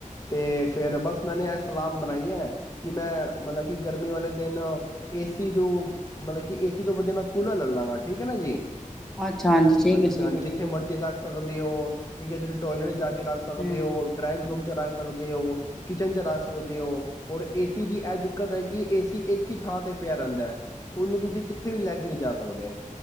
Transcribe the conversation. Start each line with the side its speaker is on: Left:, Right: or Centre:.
Left: ਤੇ ਫੇਿਰ ਬਸ ਮੈਨੇ ਇਹ ਸਲਾਮ ਬਣਾਈ ਹੈ ਕਿ ਮੈਂ ਮਤਲਬ ਕਿ ਗਰਮੀ ਵਾਲੇ ਦਿਨ ਏਸੀ ਤੋਂ ਮਤਲਬ ਕਿ ਏਸੀ ਤੋਂ ਵਧੀਆ ਮੈਂ ਕੂਲਰ ਲੈ ਲਾਂਗਾ ਠੀਕ ਹੈ ਨਾ ਜੀ
Centre: ਅੱਛਾ ਠੀਕ
Left: ਹਾਂਜੀ
Centre: ਹੈ ਠੀਕ
Left: ਹਾਂਜੀ
Centre: ਹੈ
Left: ਜਿੱਥੇ
Centre: ਠੀਕ
Left: ਮਰਜ਼ੀ
Centre: ਹੈ
Left: ਰੱਖ ਸਕਦੇ ਹੋ ਠੀਕ ਤੁ ਫਿਰ ਟੋਇਲੇਟ ਜਾ ਕੇ ਰੱਖ ਸਕਦੇ
Centre: ਹੂੰ
Left: ਉਹ ਡਰਾਇੰਗ ਰੂਮ ਚ ਰੱਖ ਸਕਦੇ ਹੋ ਕਿਚਨ ਚ ਰੱਖ ਸਕਦੇ ਹੋ ਔਰ ਏਸੀ ਦੀ ਇਹ ਦਿੱਕਤ ਹੈ ਕਿ ਏਸੀ ਇੱਕ ਹੀ ਥਾਂ ਤੇ ਪਿਆ ਰਹਿੰਦਾ ਹੈ ਉਹਨੂੰ ਤੁਸੀਂ ਕਿੱਥੇ ਵੀ ਲੈ ਕੇ ਨਹੀਂੀ ਜਾ ਸਕ ਸਕਦੇ